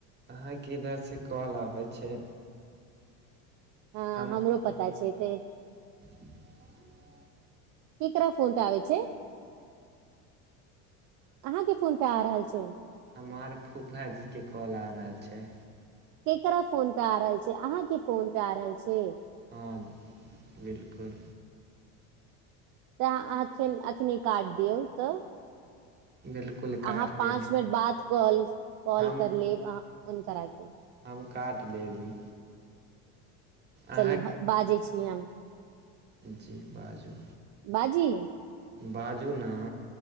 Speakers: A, on the right; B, on the right.
A: अहाँ के इधर से कॉल आबै छै।
B: हां
A: हम
B: हमरो पता छै एते
A: <inaudible>
B: केकरा फोन पे आबे छै, अहां के फोन पे आ रहल छै।
A: हमर फुफाजीके कॉल आ रहल छै।
B: केकरा फोन पे आ रहल छै, अहाँ के फोन पे आ रहल छै।
A: हां बिल्कुल।
B: तऽ एखन अखनी काट दियौ तऽ
A: बिलकुल काट
B: अहाँ पाँच
A: देली
B: मिनट बाद कॉल‌ स कॉल
A: हम
B: कर लेब, अहाँ फोन करा के
A: हम काट देली। अहाँ
B: चलू बाजै छी हम।
A: जी बाजू।
B: बाजी
A: बाजू नै।